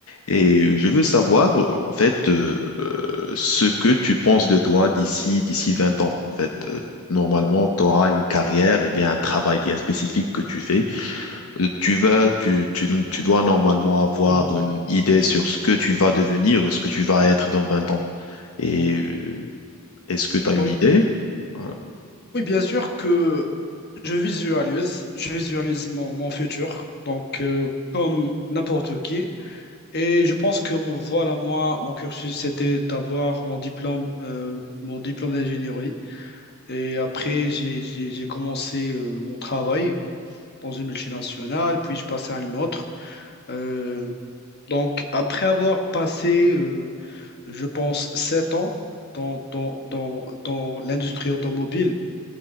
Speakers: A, on the left (about 70°); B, on the left (about 45°).
A: Et je veux savoir, euh, en fait, euh, euh, ce que tu penses de toi d'ici, d'ici 20 ans. En fait, Euh, normalement, tu auras une carrière et bien un travail bien spécifique que tu fais. Euh, Tu vas, tu, tu, tu dois normalement avoir
B: Mhm.
A: une idée sur ce que tu vas devenir, ce que tu vas être dans 20 ans. Et euh, est-ce que tu as une
B: Oui.
A: idée? Voilà.
B: Oui, bien sûr que je visualise, je visualise mon, mon futur, donc euh, comme n'importe qui. Et je pense que mon- voilà, moi, mon cursus, c'était d'avoir mon diplôme, euh, mon diplôme d'ingénierie. Et après, j'ai, j'ai, j'ai commencé euh, mon travail dans une multinationale, puis je passais à une autre. Euh, donc, après avoir passé, euh, je pense, sept ans dans, dans, dans, dans l'industrie automobile,